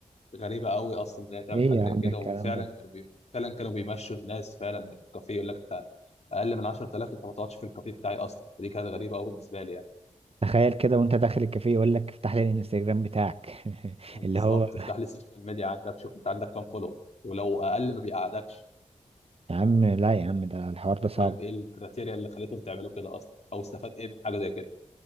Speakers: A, on the left (about 60°); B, on the right (about 50°).
A: غريبه قوي اصلا ان هي تعمل
B: ايه
A: حاجه
B: يا
A: زي
B: عم
A: كده
B: الكلام
A: وفعلا
B: ده
A: كانوا بي... فعلا كانوا بيمشوا الناس فعلا من الكافيه يقول لك انت اقل من 10000 انت ما تقعدش في الكافيه بتاعي اصلا فدي كانت غريبه قوي بالنسبه لي يعني
B: تخيل كده وانت داخل الكافيه يقول لك افتح لي الانستجرام بتاعك <laughs>
A: بالظبط
B: اللي هو
A: افتح لي السوشيال ميديا عندك شوف انت عندك كام فولور ولو اقل ما بيقعدكش
B: يا عم لا يا عم ده الحوار
A: مش
B: ده صعب
A: فاهم ايه الكريتيريا اللي خليتهم تعملوا كده اصلا او استفاد ايه من حاجه زي كده